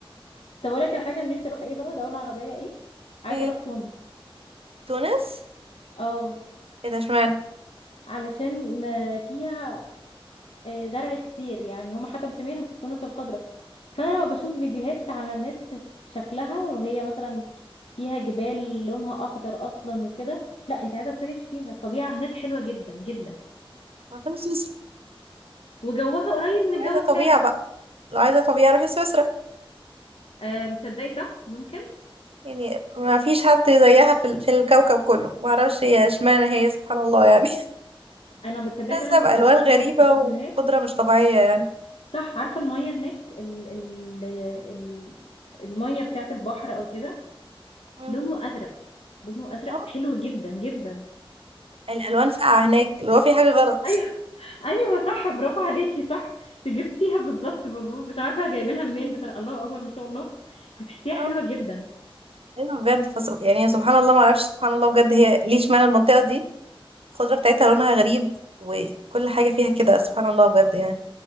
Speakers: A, on the left; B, on the right.
A: طب اقول لك الحاجه اللي نفسي اروح ايه بقى دوله عربيه ايه عايزه
B: <laughs> مم.
A: اروح تونس
B: تونس
A: اه
B: ايه ده اشمعنى
A: علشان فيها آه، زرع كتير يعني هم حتى مسمينها التونس الخضراء فانا لما بشوف فيديوهات على النت شكلها وهي مثلا فيها جبال لونها اخضر اصلا وكده لا انت عايزه تروحي تشوفيها الطبيعه هناك حلوه جدا جدا
B: ما كانوا سويسرا
A: وجوها قريب من
B: لو
A: الجو
B: عايزة طبيعة
A: بتاعك
B: بقى لو عايزة طبيعة روحي سويسرا
A: آه، متصدقي صح ممكن
B: يعني ما فيش حد زيها في, ال- في الكوكب كله ما اعرفش هي اشمعنى هي سبحان الله يعني
A: انا
B: <laughs>
A: متصدقه
B: نازلة
A: فعلا
B: بألوان
A: كنت بشوف
B: غريبة
A: لها فيديوهات
B: وقدرة مش طبيعية يعني
A: صح عارفه الميه هناك ال ال ال الميه بتاعت البحر او كده
B: مم.
A: لونه ازرق لونه ازرق
B: اه
A: حلو جدا جدا
B: الألوان فاقعة هناك اللي هو في حاجة غلط
A: ايوه ايوه صح برافو عليكي صح انت جبتيها بالظبط مظبوط مش عارفه جايبينها منين بس الله اكبر ما شاء الله فتحسيها
B: اه
A: حلوه جدا
B: ايوه بجد فصل يعني سبحان الله ما اعرفش سبحان الله بجد هي ليه اشمعنى المنطقة دي الخضرة بتاعتها لونها غريب وكل حاجة فيها كده سبحان الله بجد يعني